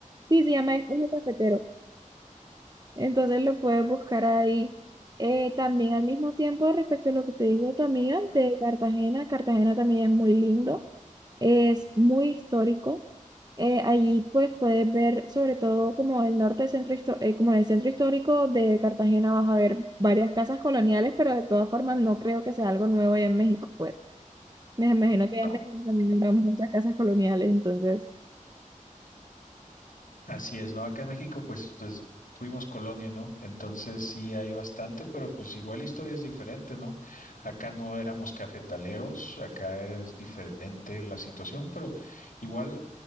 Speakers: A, on the right; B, on the left.
A: sí, se llama eje cafetero. Entonces lo puedes buscar ahí. Eh, también al mismo tiempo, respecto a lo que te digo tu amiga de Cartagena, Cartagena también es muy lindo. Es muy histórico. Eh, allí pues puedes ver sobre todo como el norte del centro histo- eh, como en el centro histórico de Cartagena vas a ver varias casas coloniales, pero de todas formas no creo que sea algo nuevo allá en México, pues. Me imagino
B: No.
A: que allá en México también habrá muchas casas coloniales, entonces.
B: Así es, ¿no? Acá en México, pues, pues fuimos colonia, ¿no? Entonces sí hay bastante, pero pues igual la historia es diferente, ¿no? Acá no éramos cafetaleros, acá es diferente la situación, pero igual